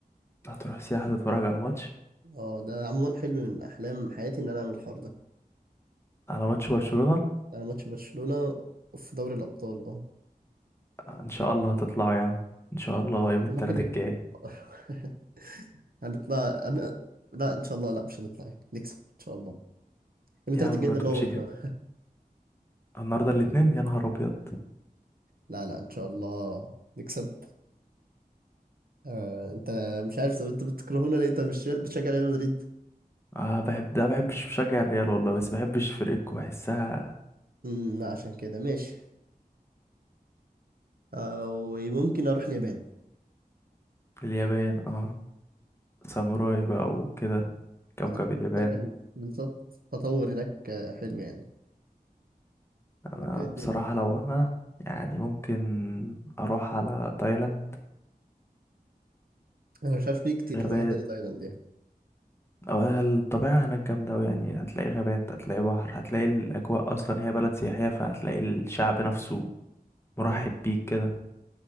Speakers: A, on the left; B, on the right.
A: هتروح سياحة تتفرج على ماتش
B: اه ده عموما حلم من أحلام حياتي إن أنا أعمل الحوار ده
A: على ماتش برشلونة
B: أنا ماتش برشلونة في دوري الأبطال اه
A: ان شاء الله هتطلعوا يا عم ان شاء الله يوم التلات
B: ممكن ي...
A: الجاي
B: <laughs> هنطلع أنا... لا إن شاء الله لا مش هنطلع يعني نكسب إن شاء الله يوم
A: يا
B: التلات
A: عم
B: الجاي
A: ما
B: ده
A: تقولش
B: اللي هو بكرة
A: كده النهارده الاتنين يا نهار ابيض
B: لا لا إن شاء الله نكسب آه انت مش عارف طب انت بتكرهونا ليه انت مش بتشجع ريال مدريد
A: اه بحب لا بحبش بشجع الريال والله بس بحبش فرقتكم بحسها
B: امم لا عشان كده ماشي آه وممكن اروح اليابان
A: اليابان اه ساموراي بقى وكده كوكب
B: منطقة
A: اليابان
B: جامدة بالظبط تطور هناك آه، حلو يعني
A: انا
B: انت إيه الدنيا
A: بصراحة لو انا يعني ممكن اروح على تايلاند
B: انا مش عارف ليه كتير
A: غابات
B: كذا حد قال لي تايلاند يعني
A: او الطبيعة هناك جامدة أوي يعني هتلاقي غابات هتلاقي بحر هتلاقي الاجواء اصلا هي بلد سياحية فهتلاقي الشعب نفسه مرحب
B: امم
A: بيك كده